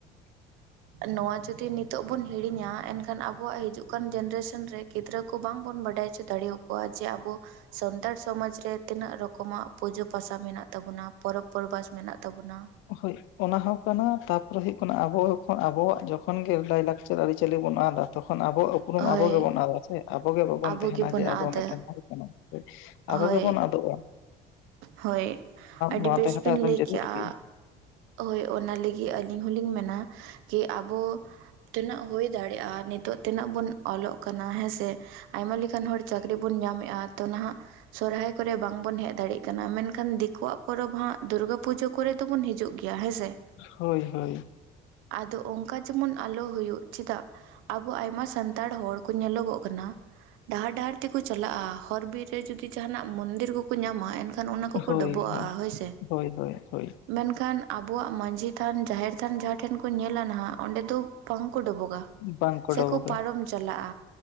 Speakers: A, on the left (about 80°); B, on the right (about 85°).
A: ᱦᱮ <inaudible>
B: ᱱᱚᱣᱟ ᱡᱩᱫᱤ ᱱᱤᱛᱚᱜ ᱵᱚᱱ ᱦᱤᱲᱤᱧᱟ ᱮᱱᱠᱷᱟᱱ ᱟᱵᱚᱣᱟᱜ ᱦᱤᱡᱩᱜ ᱠᱟᱱ ᱡᱮᱱᱟᱨᱮᱥᱚᱱ ᱨᱮ ᱜᱤᱫᱽᱨᱟᱹ ᱵᱟᱝᱵᱚᱱ ᱵᱟᱰᱟᱭ ᱦᱚᱚ ᱫᱟᱲᱮ ᱟᱠᱚᱣᱟ ᱡᱮ ᱟᱵᱚ ᱥᱟᱱᱛᱟᱲ ᱥᱚᱢᱟᱡᱽ ᱨᱮ ᱛᱤᱱᱟᱹᱜ ᱨᱚᱠᱚᱢᱟᱜ ᱯᱩᱡᱟᱹ ᱯᱟᱥᱟ ᱢᱮᱱᱟᱜ ᱛᱟᱵᱚᱱᱟᱹ ᱛᱟᱵᱚᱱᱟ ᱯᱚᱨᱚᱵᱽ ᱯᱚᱨᱵᱷᱟᱥ ᱢᱮᱱᱟᱜ ᱛᱟᱵᱚᱱᱟ
A: ᱦᱳᱭ ᱚᱱᱟ ᱦᱚᱸ ᱠᱟᱱᱟ ᱛᱟᱯᱚᱨᱮ ᱦᱳᱭᱜ ᱠᱟᱱᱟ ᱟᱵᱚᱱ ᱟᱵᱚᱣᱟᱜ ᱡᱚᱠᱷᱚᱱ ᱜᱤ ᱞᱟᱭᱞᱟᱠᱪᱟᱨ ᱟᱹᱨᱤᱪᱟᱹᱞᱤ ᱵᱚᱱ ᱟᱫᱟ ᱛᱚᱠᱷᱚᱱ ᱟᱵᱚᱣᱟᱜ ᱩᱯᱨᱩᱢ
B: ᱦᱳᱭ
A: ᱟᱵᱚ ᱜᱮᱵᱚᱱ ᱟᱫ-ᱟ ᱥᱮ ᱟᱵᱚᱜ ᱜᱮ ᱵᱟᱵᱚᱱ
B: ᱟᱵᱚ
A: ᱛᱟᱦᱮᱱᱟ
B: ᱜᱮᱵᱚᱱ
A: ᱡᱮ
B: ᱟᱫᱟ
A: ᱟᱵᱚ ᱢᱤᱫᱴᱮᱱ ᱦᱚᱲ ᱠᱟᱱᱟ
B: ᱦᱳᱭ
A: ᱟᱵᱚ ᱜᱮᱵᱚᱱ ᱟᱫᱚᱜᱟ-ᱟ
B: ᱦᱳᱭ ᱟᱹᱰᱤ
A: ᱱᱚᱣᱟ
B: ᱵᱮᱥ
A: ᱛᱟᱦᱮᱸ
B: ᱵᱤᱱ
A: ᱫᱚ ᱮᱠᱫᱚᱢ
B: ᱞᱟᱹᱭ
A: ᱡᱟᱹᱨᱩᱲ
B: ᱠᱮᱜᱼᱟ
A: ᱜᱮᱭᱟ
B: ᱦᱳᱭ ᱚᱱᱟ ᱞᱟᱹᱜᱤᱫ ᱟᱹᱞᱤᱧ ᱦᱚᱸᱞᱤᱧ ᱢᱮᱱᱟ ᱡᱮ ᱟᱵᱚ ᱛᱤᱱᱟᱹᱜ ᱦᱩᱭ ᱫᱟᱲᱮᱜᱼᱟ ᱱᱤᱛᱚᱜ ᱛᱤᱱᱟᱹᱜ ᱵᱚᱱ ᱚᱞᱚᱜ ᱠᱟᱱᱟ ᱦᱮᱸᱥᱮ ᱟᱭᱢᱟ ᱞᱮᱠᱟᱱ ᱦᱚᱲ ᱪᱟᱠ ᱪᱟᱹᱠᱨᱤ ᱵᱚᱱ ᱧᱟᱢᱮᱜᱼᱟ ᱛᱚ ᱱᱟᱦᱟᱜ ᱥᱚᱨᱦᱟᱭ ᱠᱚᱨᱮ ᱵᱟᱝ ᱵᱚᱱ ᱦᱮᱡ ᱫᱟᱲᱮᱜ ᱠᱟᱱᱟ ᱢᱮᱱᱠᱷᱟᱱ ᱫᱤᱠᱩᱣᱟᱜ ᱯᱚᱨᱚᱵᱽ ᱦᱟᱸᱜ ᱫᱩᱨᱜᱟᱹ ᱯᱩᱡᱟᱹ ᱠᱚᱨᱮ ᱫᱚᱵᱚᱱ ᱦᱤᱡᱩᱜ ᱜᱮᱭᱟ ᱜᱮᱭᱟ ᱦᱮᱸ ᱥᱮ
A: ᱦᱳᱭ ᱦᱳᱭ
B: ᱟᱫᱚ ᱚᱝᱠᱟ ᱡᱮᱢᱚᱱ ᱟᱞᱚ ᱦᱩᱭᱩᱜ ᱪᱮᱫᱟᱜ ᱟᱵᱚ ᱟᱭᱢᱟ ᱥᱟᱱᱛᱟᱲ ᱦᱚᱲ ᱠᱚ ᱧᱮᱞᱚᱜᱚᱜ ᱠᱟᱱᱟ ᱰᱟᱦᱟᱨ ᱰᱟᱦᱟᱨ ᱛᱮᱠᱚ ᱪᱟᱞᱟᱜᱼᱟ ᱦᱚᱨ ᱵᱤᱨ ᱨᱮ ᱡᱩᱫᱤ ᱡᱟᱸᱦᱟᱱᱼᱟᱜ ᱢᱚᱱᱫᱤᱨ ᱠᱚᱠᱚ ᱧᱟᱢᱟ ᱮᱱᱠᱷᱟᱱ ᱠᱷᱟᱱ ᱚᱱᱟ ᱠᱚᱠᱚ
A: ᱦᱳᱭ
B: ᱰᱚᱵᱚᱜ ᱟᱜᱼᱟ ᱦᱳᱭ ᱥᱮ
A: ᱦᱳᱭ ᱦᱳᱭ ᱦᱳᱭ
B: ᱢᱮᱱᱠᱷᱟᱱ ᱟᱵᱚᱣᱟᱜ ᱢᱟᱹᱡᱷᱤ ᱛᱷᱟᱱ ᱡᱟᱦᱮᱨ ᱛᱷᱟᱱ ᱡᱟᱦᱟᱸ ᱴᱷᱮᱱ ᱠᱚ ᱧᱮᱞᱟ ᱱᱟᱦᱟᱜ ᱚᱸᱰᱮ ᱫᱚ ᱵᱟᱝ ᱠᱚ ᱰᱚᱵᱚᱜᱟ
A: ᱵᱟᱝᱠᱚ
B: ᱥᱮᱠᱚ
A: ᱰᱚᱵᱚᱜᱟ
B: ᱯᱟᱨᱚᱢ ᱪᱟᱞᱟᱜᱼᱟ